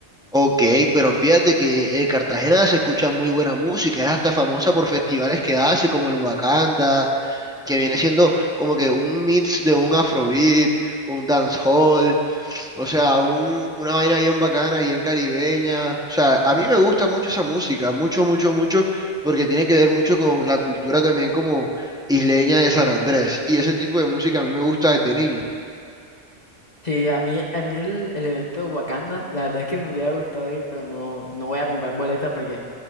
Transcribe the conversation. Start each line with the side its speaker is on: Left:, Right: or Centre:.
Centre: Ok, pero fíjate que eh, Cartagena se escucha muy buena música, es hasta famosa por festivales que hace, como el Wakanda, que viene siendo como que un mix de un afrobeat, un dancehall, O sea, un- una vaina bien bacana, bien caribeña. O sea, a mí me gusta mucho esa música, mucho, mucho, mucho, porque tiene que ver mucho con la cultura también como isleña de San Andrés. Y ese tipo de música a mí me gusta desde niño.
Left: Sí, a mí, a mí el, el evento Wakanda, la verdad es que me hubiera gustado ir, pero no, no voy a comprar boletas porque